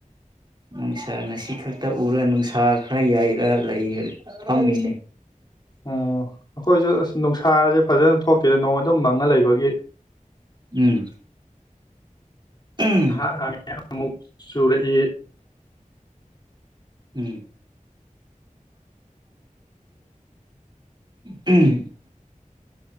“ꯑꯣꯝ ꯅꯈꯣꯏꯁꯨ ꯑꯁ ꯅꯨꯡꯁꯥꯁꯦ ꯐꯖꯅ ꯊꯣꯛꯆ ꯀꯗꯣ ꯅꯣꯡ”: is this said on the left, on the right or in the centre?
Left